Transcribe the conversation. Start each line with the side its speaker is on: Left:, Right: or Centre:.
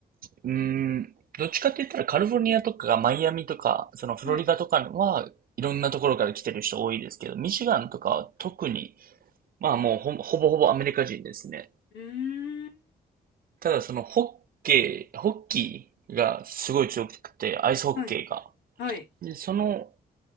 Right: うーん、どっちかって言ったらカリフォルニアとかマイアミとか、そのフロリダとかはいろんなところから来てる人多いですけど、
Left: はい。
Right: ミシガンとかは特に、まあもうほ、ほぼほぼアメリカ人ですね。
Left: うーん。
Right: ただそのホッケー、ホッキーがすごい強くて、アイスホッケーが。
Left: はい。はい。
Right: で、その